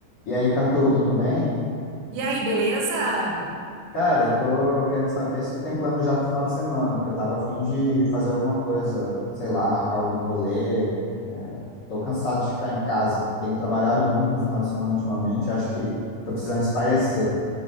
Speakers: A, on the left (about 55°); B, on the right (about 80°).
A: E aí, Catu, tudo bem?
B: E aí, beleza?
A: Cara, eu tô querendo saber se tu tem plano já pro final de semana, porque eu tava a fim de fazer alguma coisa, sei lá, marcar algum rolê. É, tô cansado de ficar em casa. Tenho trabalhado muito no final de semana ultimamente, acho que tô precisando espairecer.